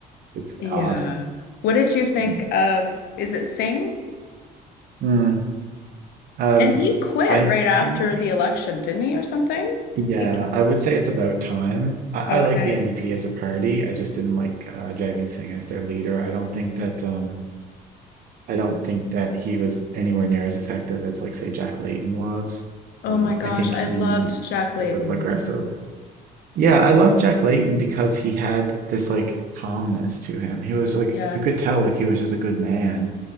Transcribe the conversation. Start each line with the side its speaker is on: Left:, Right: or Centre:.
Right: it's
Left: Yeah.
Right: odd.
Left: What did you think
Right: I mean,
Left: of, S- is it Singh?
Right: hmm. Um,
Left: And he quit
Right: I
Left: right after
Right: think
Left: the election, didn't he, or something?
Right: Yeah,
Left: He-
Right: I would say it's about time. I,
Left: Okay.
Right: I like the NDP as a party. I just didn't like uh, Jagmeet Singh as their leader. I don't think that um, I don't think that he was anywhere near as effective as like say Jack Layton was.
Left: Oh
Right: Um,
Left: my gosh,
Right: I think
Left: I
Right: he
Left: loved Jack Layton.
Right: was a little aggressive. Yeah,
Left: Yeah,
Right: I love Jack Layton because he had this like calmness to him. He was like
Left: yeah.
Right: you could tell like he was just a good man.